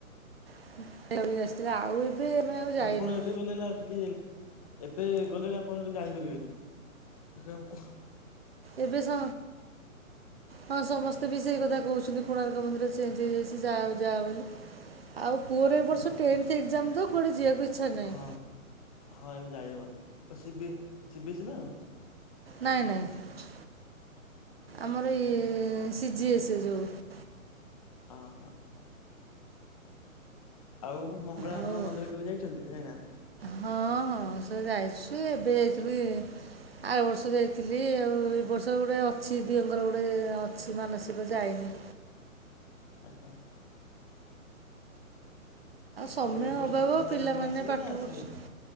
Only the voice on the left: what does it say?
ଆପଣ ଏବେ ଗଲେ ହେଲା ଆଟକି। ଏବେ ଗଲେ ଆପଣ ଟିକେ ଜାଣିପାରିବେନି କ କୋଉ
ହଁ
ହଁ ହଁ ଏବେ ଯାଇହବନିି ସିବି ସିବିଏସି ନା କଣ?
ଓହୋ। ଆଉ ମଙ୍ଗଳା
ମା ମନ୍ଦିର କେବେ ଯାଇଛନ୍ତି ଯାଇନାହାନ୍ତି?
ଆଜ୍ଞା।
ଆଉ ଏ ବର୍ଷ
ରଥଯାତ୍ରାରେ
ଆପଣ ଆସିବେ
ନା ଆସିବେନି?